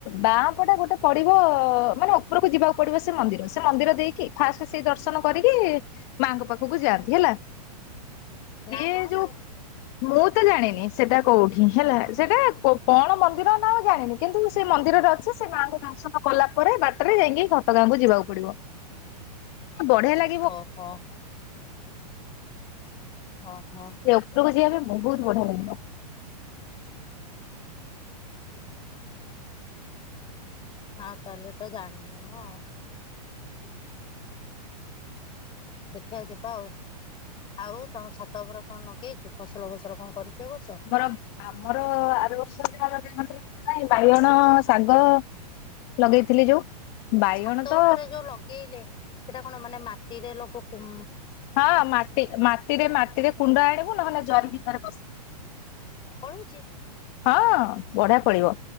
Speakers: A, on the left; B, on the left.
A: ବାଁ ପଟା ଗୋଟେ ପଡିବ ମାନେ ଉପରକୁ ଯିବା ପଡିବ ସେ ମନ୍ଦିର ସେ ମନ୍ଦିର ଦେଇକି ଫାଷ୍ଟ ସେଇ ଦର୍ଶନ କରିକି ମାଙ୍କ ପାଖକୁ ଯାଆନ୍ତି ହେଲା। ସିଏ
B: ନା କଣ
A: ଯୋଉ
B: ମୁଁ
A: ମୁଁ ତ ଜାଣିନି। ସେଟା କୋଉଠି ହେଲା ସେଟା କଣ ମନ୍ଦିର ନାଁ ଜାଣିନି କିନ୍ତୁ ସେ ମନ୍ଦିରରେ ଅଛି ସେ ମାଙ୍କୁ ଦର୍ଶନ କଲା ପରେ ବାଟରେ ଯାଇକି ଘଟଗାଁ କୁ ଯିବାକୁ ପଡିବ ବଢିଆ ଲାଗ
B: ଓହ ଅ ହ।
A: ସେ ଉପରକୁ ଯିବାପାଇଁ ବହୁତ ବଢିଆ ଲାଗିବ।
B: ହଁ ତାହେଲେ ହେଟା ଜାଣିନି ମୁଁ ଆଉ। ଦେଖିଆ ଜିବା ଆଉ। ଆଉ ତମ ଛାତ ଉପରେ କଣ ଲଗେଇଛୁ ଫସଲ ଫସଲ କଣ କରିଛୁ ଏବର୍ଷ।
A: ଆମର ଆମର ଆର ବର୍ଷହିଁ <unintelligible> ବାଇଗଣ ଶାଗ। ଲଗେଇଥିଲି ଯୋଉ। ବାଇଗଣ
B: ଛାତ
A: ତ
B: ଉପରେ ଯୋଉ ଲଗେଇଲେ ସେଟା କଣ ମାନେ ମାଟିରେ ଲୋକ କୁହ।
A: ହଁ ମାଟି ମାଟିରେ ମାଟିରେ କୁଣ୍ଡ ଆଣିବୁ ନହେଲେ ଜରି ଭିତରେ ପସେଇିବୁ।
B: ଫଳୁଚି।
A: ହଁ ବଢିଆ ଫଳିବ